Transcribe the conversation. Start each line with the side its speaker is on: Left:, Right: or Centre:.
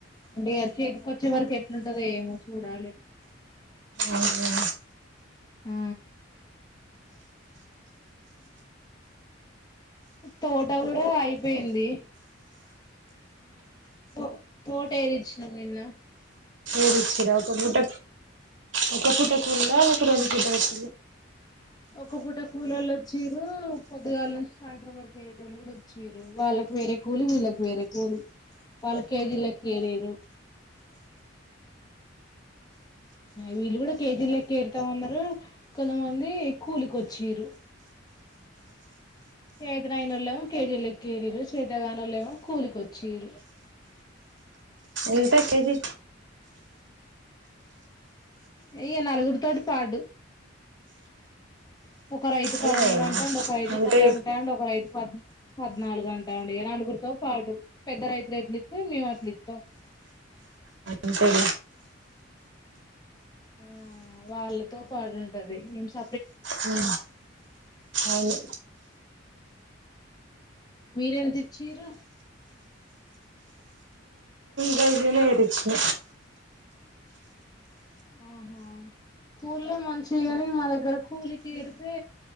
Left: అంటే చేతికి వచ్చే వరకు ఎట్లుంటంద ఏమో చూడాలి
Right: అవునా
Left: ఆ తోట కూడా అయిపోయింది పో తట ఏరిచ్చినన్న
Right: ఒక ఫట ఒక ఫట స్ూ త రద్ద వచ్చ
Left: ఒక పూట కూల వాళ్ళు వచ్చరు కొద్దిగాళ్ళంచి సాయట్రం వర్క్ వరేట వాళ్ళు కూడా వచ్చరు వాళ్ళకి వేరే కూలి వీళ్ళకి వేరే కూలి వాళ్ళ కేజీలకి వరరు వీళ్ళు కూడా కేతిీ లెక్కేరుతా ఉన్నారు కొంతమంది కూలిక వచ్చి వీరు చేతనాయన వాళ్ళ ఏమో కేజీల ఎక్కేరరు చేతగాన వాళ్ళ ఏమో కూలికొచ్చిరు
Right: ఎంత కేజీ
Left: ఇయక నలుగురి తోటి పాడు ఒక రైతు
Right: అంతేనా
Left: పదమూడు అంటా అండి ఒక రైతు
Right: అంతే
Left: పది అంటా అండి ఒక రైతు పది పద్నాలుగు గంట అండి నలుగురితో పాటు పెద్ద రైతులు ఎట్లు ఇస్తా మేము అట్లు ఇస్తాం
Right: అ సర
Left: ఆ వాళ్ళతో పాడుంటది ఏ స
Right: అ అవును
Left: మీరేంత తెచ్చరు
Right: కైనేేరికి
Left: ఆహా స్కూల్ మంచిగాని మా దగ్గర కూకూలికి ఏరితే